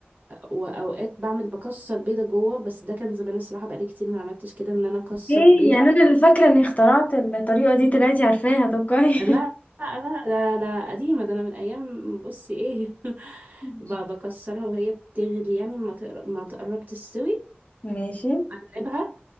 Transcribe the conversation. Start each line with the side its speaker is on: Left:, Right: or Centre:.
Right: وأوقات بعمل بكسر بيضة جوه بس ده كان زمان الصراحة بقالي كتير ما عملتش كده إن أنا أكسر
Left: ايه
Right: بيضة
Left: يعني انا اللي فاكرة اني اخترعت الطريقة دي طلعتي عارفاها طب كويس
Right: لا لا لا ده ده قديمة ده أنا من أيام بصي إيه <laughs>
Left: <laughs>
Right: ب- بكسرها وهي بتغلي يعني ما تقر- ما تقرب تستوي
Left: ماشي
Right: أقلبها